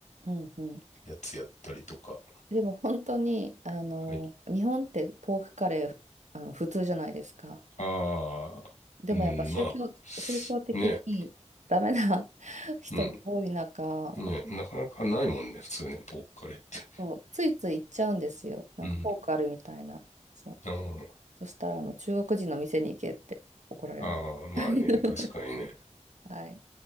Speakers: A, on the right; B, on the left.
A: ん、うん。
B: やつやったりとか。
A: でも本当に、あの、
B: はい。
A: 日本ってポークカレー、あの、普通じゃないですか。
B: ああ、
A: でもやっぱ宗教、
B: うん、まあ、
A: 宗教的にダメな
B: ね。
A: <laughs> 人が多い中、
B: うん。ね、なかなかないもんね、普通ね、ポークカレーって。
A: そう、ついつい行っちゃうんですよ。なんかフォークあるみたいな。
B: <laughs> うん。
A: そう。
B: あ
A: そしたら、あの、中国人の店に行けって怒られます。
B: あ、ああ、まあね、
A: <laughs>
B: 確かにね。
A: はい。